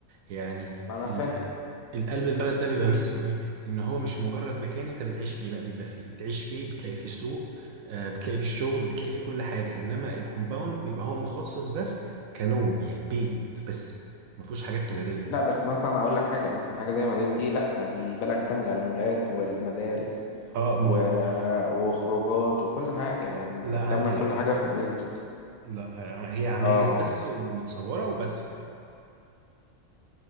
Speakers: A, on the right; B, on the left.
A: يعني
B: ما أنا
A: ال-
B: فاهم
A: القلب البلد ده بيبقى ميزته ايه ان هو مش مجرد مكان انت بتعيش فيه لا بيبقى فيه بتعيش فيه بتلاقي فيه سوق آه، بتلاقي فيه شغل بتلاقي فيه كل حاجة انما الكومباوند بيبقى هو مخصص بس كنوم يعني بيت بس ما فيهوش حاجات تجارية
B: لا بس مثلا أقول لك حاجة مثلا حاجة زي مدينتي لا دي بلد كاملة المولات والمدارس
A: اه ما
B: و... وخروجات وكل حاجة يعني أنت
A: لا
B: بتعمل
A: عندي لا
B: كل حاجة في مدينتي
A: لا هي عماير
B: اه
A: بس ومتصورة وبس كده